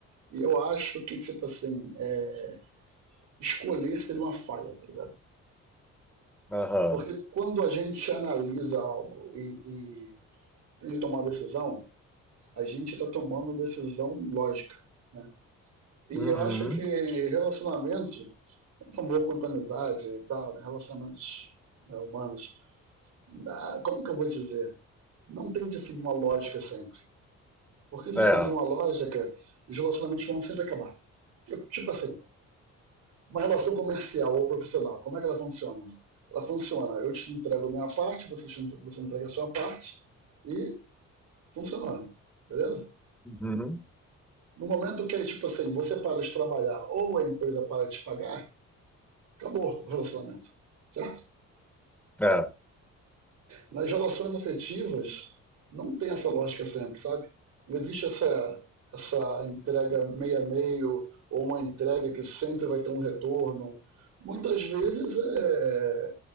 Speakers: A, on the right (about 70°); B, in the centre.
A: E eu acho que, tipo assim, é, escolher seria uma falha, tá ligado?
B: Aham.
A: Porque quando a gente analisa algo e, e tem que tomar uma decisão, a gente está tomando decisão lógica, né? E
B: Uhum.
A: eu acho que relacionamento, tanto amor quanto amizade e tal, né? relacionamentos né, humanos, ah, como que eu vou dizer? Não tem que seguir uma lógica sempre. Porque se
B: É.
A: seguir uma lógica, os relacionamentos vão sempre acabar. Eu- tipo assim, uma relação comercial ou profissional, como é que ela funciona? Ela funciona, eu te entrego a minha parte, você, te, você entrega a sua parte e funcionando, beleza?
B: Uhum.
A: No momento que, é, tipo assim, você para de trabalhar ou a empresa para de te pagar, acabou o relacionamento, certo?
B: É.
A: Nas relações afetivas, não tem essa lógica sempre, sabe? Não existe essa, essa entrega meio a meio ou uma entrega que sempre vai ter um retorno. Muitas vezes é,